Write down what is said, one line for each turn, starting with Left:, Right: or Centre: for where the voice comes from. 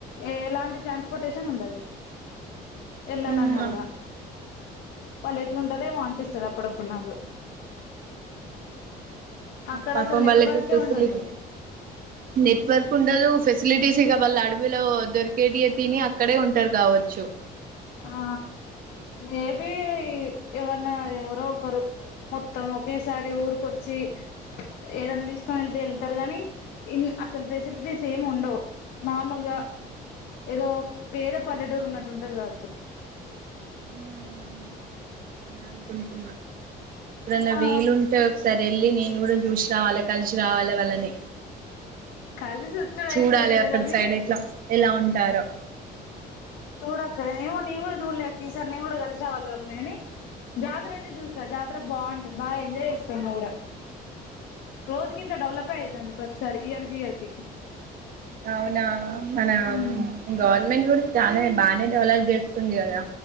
Left: ఎలాంటి ట్రాన్స్పోర్టేషన్ ఉండదు. వెళ్ళాలన్నా
Right: అమ్మా
Left: కూడా వాళ్ళు ఎట్లాంటద ఏమో అనిపిస్తుది అప్పుడప్పుడు నాకు. అక్కడ
Right: పాపం
Left: అసలు
Right: వల్
Left: నెట్వర్కే
Right: కు ఫెసిలిటీ
Left: ఉండదు
Right: నెట్వర్ ఉండదు ఫెసిలిటీస్ ఇక వాళ్ళ అడవిలో దొరికేటియ తిని అక్కడే ఉంటారు కావచ్చు.
Left: ఆ మేబీ ఏవన్న ఎవరో ఒకరు మొత్తం ఒకేసారి ఊరికొచ్చి ఏదైనా తీసుకొని వెళ్తే వెళ్తారు ని ఇన్ అసలు ఫెసిలిటీస్ ఏమి ఉండవు నార్మల్ గా ఏదో పేద పల్లెటూరు ఉన్నట్టు ఉంటది కాదు
Right: ఉమ్ అనుకుంటూ ఏదన్న
Left: ఆ
Right: వీలుంటే ఒకసారి వెళ్ళి నేను కూడా చూసి రావాలి కలిసి రావాలి వాళ్ళని
Left: కలిసి వచ్చడు
Right: చూడాలి
Left: అయితది లేదా
Right: అక్కడ
Left: కానీ
Right: సైడ్ ఎట్లా ఎలా ఉంటారో
Left: చూడక్క ఏమో నీను కూడా చూడలేక్క ఈసారి నీను కూడా కలిసి రావాలి వాళ్ళని కాని జాతర అయితే చూసా జాతర బాగుంటది బా ఎంజాయ్ చేస్తావు నువ్వు కూడా రోజు కింత డెవెల్ పైతంది ప్రతిసారి <unintelligible>
Right: అవునా మన
Left: ఉమ్
Right: గవర్నమెంట్ కూడా చానే బాగానే డెవలప్ చేస్తుంది కదా